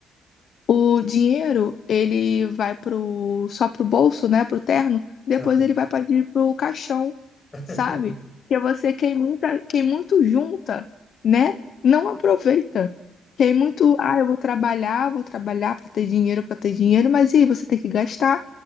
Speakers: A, on the left; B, on the left.
A: O dinheiro, ele vai pro, só pro bolso, né, pro terno, depois
B: aham, aham.
A: ele vai para pro caixão,
B: <laughs>
A: sabe? Porque você, quem, muita, quem muito junta, né, não aproveita. Quem muito, ah, eu vou trabalhar, vou trabalhar para ter dinheiro, para ter dinheiro, mas e aí você tem que gastar,